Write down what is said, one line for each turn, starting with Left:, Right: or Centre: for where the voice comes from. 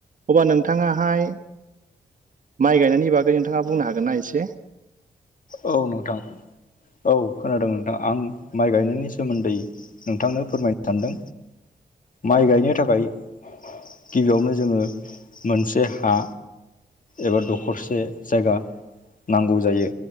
Right: अब्ला नोंथाङाहाय माइ गायनायनि बागै नोंथाङा बुंनो हागोना एसे
Left: औ नोंथां औ खोनादों नोंथां आं माइ गायनायनि सोमोन्दै नोंथांनो फोरमायनो सानदों माइ गायनो थाखाय गिबियावनो जोङो मोनसे हा एबा दखरसे जायगा नांगौ जायो।